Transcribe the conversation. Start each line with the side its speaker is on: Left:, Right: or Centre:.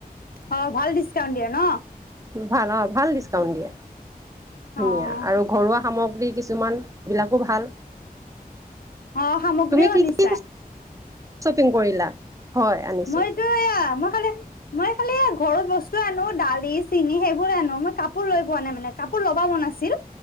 Left: অ ভাল ডিচকাউন্ট দিয়ে। ন।
Right: ভাল অ ভাল ডিচকাউন্ট দিয়ে। ধুনীয়া
Left: অ
Right: আৰু ঘৰুৱা সামগ্ৰী কিছুমান বিলাকো ভাল
Left: অ সামগ্ৰীও
Right: তুমি কি-কি
Left: আনিছা
Right: কৈছ, শ্বপিং কৰিলা। হয় আনিছো
Left: মইতো এয়া মই খালি মই খালি ঘৰত বস্তু আনো দালি চিনি, সেইবোৰৰে আনো মই কাপোৰ লৈ পোৱা নাই মানে কাপোৰ লবা মন আছিল।